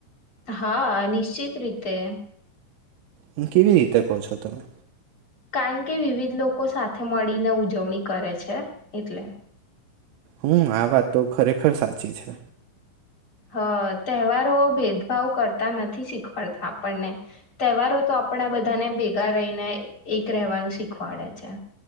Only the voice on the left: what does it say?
હા, નિશ્ચિત રીતે.
કારણ કે વિવિધ લોકો સાથે મળીને ઉજવણી કરે છે એટલે.
હ તહેવારો ભેદભાવ કરતા નથી શીખવાડતા આપણને તહેવારો તો આપડા બધાને ભેગા રહીને એક રહેવાનું શીખવાડે છે.